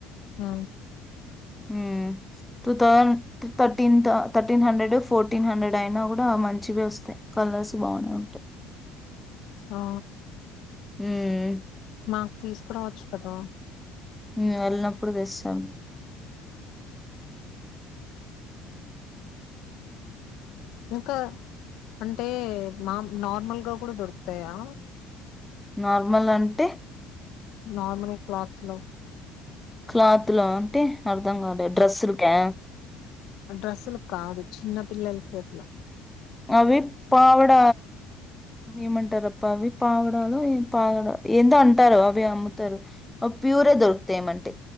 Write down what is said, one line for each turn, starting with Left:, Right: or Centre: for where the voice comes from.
Left: ఆ
Centre: ఉమ్ టూథౌ thirteen thirteen hundred fourteen hundred అయినా కూడా మంచి చివి వస్తాయి కలర్స్ బానే ఉంటాయి
Left: ఆ
Centre: ఉమ్
Left: మాకు తీసుకురావచ్చు కదా
Centre: ఉమ్ వెళ్ళినప్పుడు తెస్తాను
Left: ఇంకా అంటే మా నార్మల్గా కూడా దొరుకుతాయా
Centre: నార్మల్ అంటే
Left: నార్మల్ క్లాత్స్ లో
Centre: క్లాత్ లో అంటే అర్థం కాలేదు డ్రెస్సులకే
Left: డ్రస్సులు కాదు చిన్న పిల్లలకి అట్ల
Centre: అవి పావడ ఏమంటారప్ప అవి పావడాలో పావడా ఏందో అంట టారు అవి అమ్ముతారు అవ్ ప్యూరే దొరుకుతాయ్ ఏమంటే